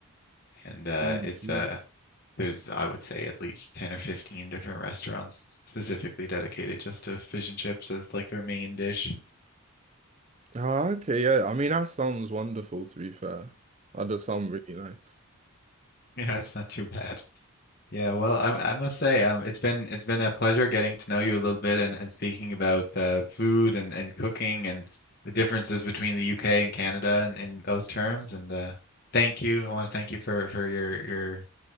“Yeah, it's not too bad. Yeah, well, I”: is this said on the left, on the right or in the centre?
Left